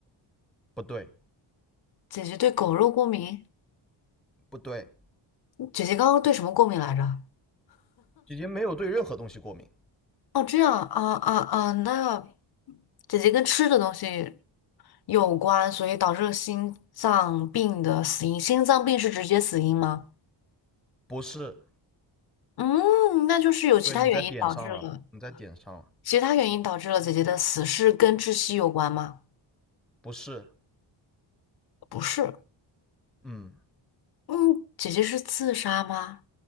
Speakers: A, in the centre; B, on the left (about 50°).
A: 不对，
B: 姐姐对狗肉过敏，
A: 不对，
B: 姐姐刚刚对什么过敏来着？
A: 姐姐没有对任何东西过敏，
B: 哦，这样啊啊啊，那姐姐跟吃的东西有关，所以导致了心脏病的死因。心脏病是直接死因吗？
A: 不是，
B: 嗯，那就是有其他原因导致了，
A: 对，你在点上了，你在点上了，
B: 其他原因导致了姐姐的死是跟窒息有关吗？
A: 不是，
B: 不是，
A: 嗯，
B: 嗯，姐姐是自杀吗？